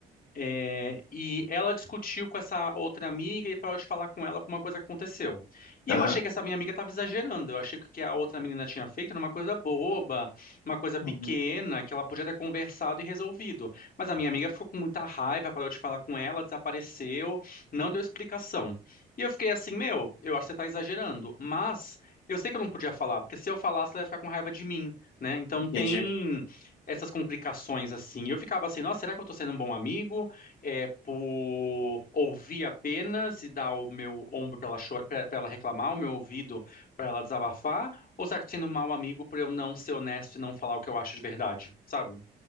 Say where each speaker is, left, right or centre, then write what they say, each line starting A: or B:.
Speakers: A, on the left; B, on the left.
A: é, e ela discutiu com essa outra amiga e parou de falar com ela por uma coisa que aconteceu. E
B: Aham.
A: eu achei que essa minha amiga estava exagerando. Eu achei que o que a outra menina tinha feito era uma coisa boba, uma coisa pequena,
B: Uhum,
A: que ela podia ter conversado e resolvido. Mas a minha amiga ficou com muita raiva, parou de falar com ela, desapareceu, não deu explicação. E eu fiquei assim, meu, eu acho que você está exagerando. Mas eu sei que eu não podia falar, porque se eu falasse, ela ia ficar com raiva de mim, né? Então
B: entendi.
A: tem essas complicações assim. E eu ficava assim, nossa, será que eu tô sendo um bom amigo? é por ouvir apenas e dar o meu ombro para ela chorar, para ela reclamar, o meu ouvido para ela desabafar, ou será que eu tô sendo um mau amigo por eu não ser honesto e não falar o que eu acho de verdade, sabe?